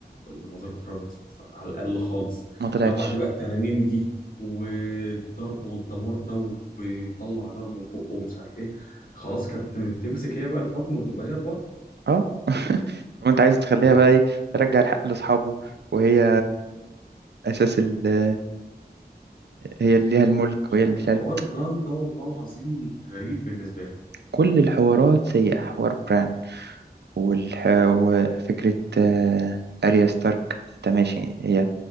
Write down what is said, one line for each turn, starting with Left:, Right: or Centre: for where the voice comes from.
Left: ذا ماذر اوف ترايبلز مثلا على الاقل خالص
Right: ما طلعتش
Left: لو بعد بقى التنانين دي والضرب والدمار ده وبيطلع نار من بقه ومش عارف ايه خلاص كانت تمسك هي بقى الحكم وتبقى هي البطل
Right: أه <laughs> طب أنت عايز تخليها
Left: بجد
Right: بقى إيه؟ يرجع الحق لأصحابه وهي أساس ال... هي اللي ليها الملك
Left: مش
Right: وهي
Left: عارف
Right: اللي مش عارف
Left: حوار براند ده والله العظيم غريب بالنسبه لي
Right: كل الحوارات سيئة حوار بران والح... وفكرة آه، أريا ستارك أنت ماشي هي